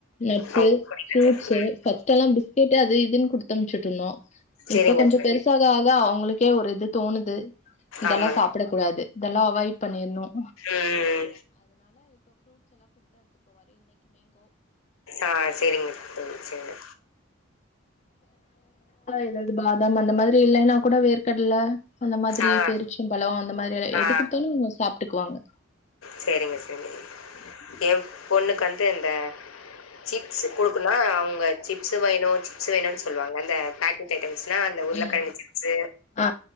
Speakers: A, on the left (about 35°); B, on the left (about 80°).
A: நட்ஸு
B: அவங்களுக்கு பிடிக்கிறது.
A: ஃரூட்ஷீ
B: ம்.
A: பஸ்ட் எல்லாம் பிஸ்கெட் அது இதுன்னு குடு உத்தமிச்சுட்டு இருந்தோ
B: சரிங்க
A: இப்ப கொஞ்ச
B: தோழி.
A: பெருசாக ஆகா ஆக ஒரு து தோ <unintelligible> இதெல்லாம்
B: ஆமாங்க.
A: சாப்பிடடா இதெ்டனாலப்ப எடுங்கோ
B: ம். ஆ சரிங்க தோழி. சரிங்க.
A: ஏதாவது பாதம் அந்த மாரி இல்லைன்னா கூட வேர் கடலா அந்த மாரி
B: ஆ.
A: பேரிச்சும் பழம் அந்த மாரி
B: ஆ.
A: எது குடுத்தாலும் சாப்பிட்டுக்குவாங்க
B: சரிங்க, சரிங்க. என் பொண்ணுக்கு வந்து இந்த சிப்ஸ் கொடுக்கனா அவங்க சிப்ஸ் வேணும் சிப்ஸ் வேணும்னு சொல்லுவாங்க இந்த பேக்கெட் நா அந்த ஊர்ல
A: ம்
B: கிழங்கு சிப்ஸ்
A: ஆ